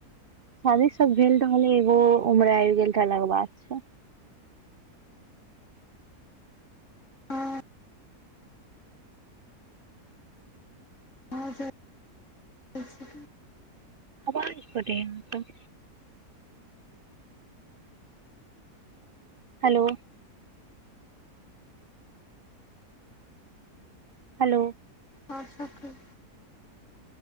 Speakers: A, on the right (about 55°); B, on the left (about 50°).
A: शादी सब भेल रहल, एगो उम्र आबि गेल त अलग बात छय।
B: हँ <unintelligible>
A: आवाज कटैया अहाँक। हैलो हैलो
B: अओर सब कि